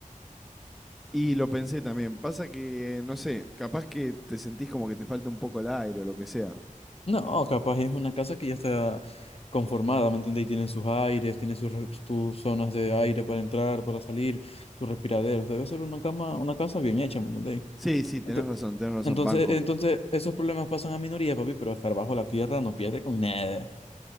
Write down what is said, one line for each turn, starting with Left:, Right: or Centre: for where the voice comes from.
Centre: Y lo pensé también. Pasa que, no sé, capaz que te sentís como que te falta un poco el aire o lo que sea.
Left: No, capaz es una casa que ya está conformada, ¿me entiendes? Y tiene sus aires, tiene sus, re- tus zonas de aire para entrar, para salir, sus respiraderos. Debe ser una cama, una casa bien hecha, ¿me entendéis?
Centre: Sí, sí, tenés
Left: Ento-
Centre: razón, tenés razón,
Left: Entonces,
Centre: banco.
Left: entonces, esos problemas pasan a minorías, papi, pero estar bajo la tierra no pierde con nada.